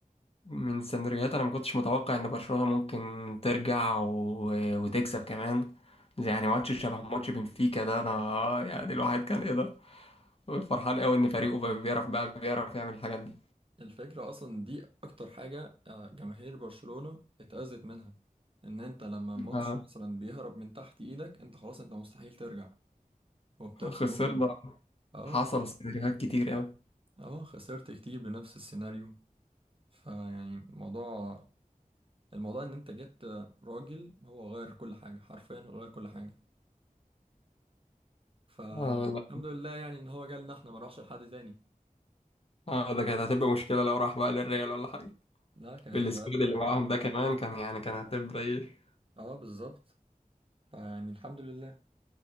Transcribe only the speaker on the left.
من سيناريوهات أنا ما كنتش متوقع إن برشلونة ممكن ترجع و... وتكسب كمان زي يعني ماتش شبه ماتش بنفيكا ده أنا يعني الواحد كان إيه ده فرحان قوي إن فريقه بقى بيعرف بقى بيعرف يعمل الحاجات دي
اه
خسرنا
حصل سيناريوهات كتير قوي
اه والله
اه ده كانت هتبقى مشكلة لو راح بقى للريال ولا حاجة
بالسكواد
اللي معاهم ده كمان كان يعني كان هتبقى ايه